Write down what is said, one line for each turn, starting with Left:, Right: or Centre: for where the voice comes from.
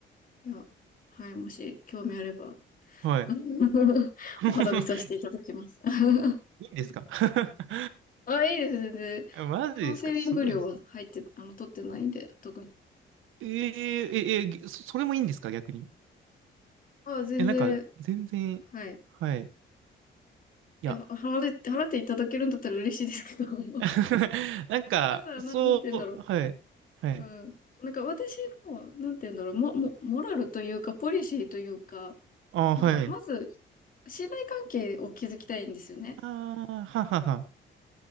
Left: いや、はい、もし興味あれば、
Right: はい。
Left: <laughs>
Right: <laughs>
Left: お肌見させていただきます。<laughs>
Right: いいんですか <laughs>
Left: あ、いいです、全然。
Right: あマジですかすごいな。
Left: カウンセリング料は入って、あの、取ってないんで、特に。
Right: えー、え、え、ぎそそれもいいんですか逆に。い
Left: あ、全然、
Right: や、なんか、全然、
Left: はい。
Right: はい。い
Left: いや、
Right: や、
Left: 払って、払っていただけるんだったら嬉しいですけど、<laughs>
Right: <laughs> なんか、
Left: まずは、
Right: そう、
Left: な、なんて言うんだろ
Right: はい。はい。
Left: う。うん。なんか私の、なんて言うんだろう、も、も、モラルというか、ポリシーというか、
Right: あー、
Left: なんか、
Right: はい。
Left: まず、信頼関係を築きたいんですよね。
Right: ああ、ははは。